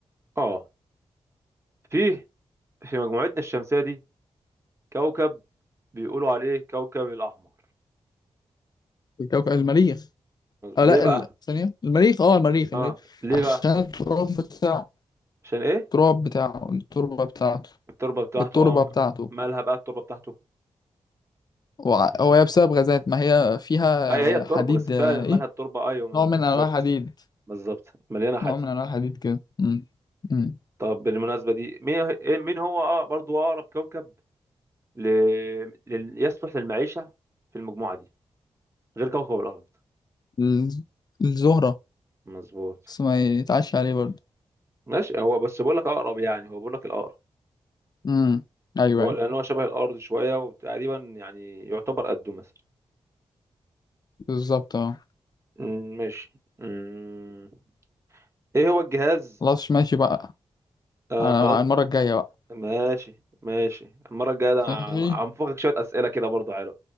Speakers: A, on the right (about 25°); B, on the left (about 40°).
A: اه فيه في مجموعتنا الشمسية دي كوكب بيقولوا عليه كوكب الاحمر
B: الكوكب المريخ اه
A: ليه
B: لأ
A: بقى
B: ال- ثانية المريخ اه المريخ المريخ
A: اه ليه
B: عشان
A: بقى
B: التراب بتاعه
A: عشان ايه
B: التراب بتاعه التربة بتاعته
A: التربة بتاعته
B: التربة
A: اه
B: بتاعته
A: مالها بقى التربة بتاعته
B: وع- هو هي بسبب غازات ما هي فيها
A: اي هي التربة
B: حديد
A: بس فعلا
B: آه،
A: مالها
B: ايه
A: التربة ايوه
B: نوع
A: بالظبط
B: من انواع الحديد
A: بالظبط مليانة حديد
B: نوع من انواع الحديد كده امم امم
A: طب بالمناسبة دي مين إيه- مين هو اه برضو اقرب كوكب ل... لل... يصلح للمعيشة في المجموعة دي غير كوكب الارض
B: الز- الزهرة
A: مظبوط
B: بس ما يتعش عليه برضه
A: ماشي هو بس بقول لك اقرب يعني هو بقول لك الاقرب
B: امم ايوه
A: هو
B: ايوه
A: لان هو شبه الارض شويه وتقريبا يعني يعتبر قده مثلا
B: بالظبط اه
A: أمم، ماشي أمم، ايه هو الجهاز
B: خلاص ماشي بقى
A: آه
B: على
A: خلاص
B: على المرة الجاية بقى
A: ماشي ماشي المره الجايه ده
B: ماشي
A: هنفخك شويه اسئله كده برضه حلو